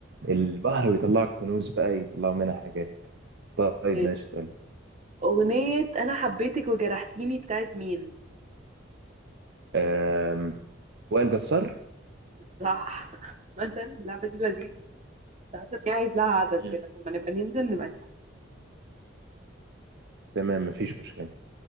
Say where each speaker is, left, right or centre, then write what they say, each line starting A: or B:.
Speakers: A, on the right; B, on the right.
A: البحر ويطلعوا الكنوز بقى يطلعوا منها حاجات طيب
B: ماشي.
A: ماشي اسأل
B: اغنيه انا حبيتك وجرحتيني بتاعت مين
A: أم، وائل جسار
B: صح <laughs> مثلا اللعبة دي لذيذة حاسة إن هي عايز لها عدد
A: مم.
B: كده لما نبقى ننزل نبقى نلعب.
A: تمام مفيش مشكلة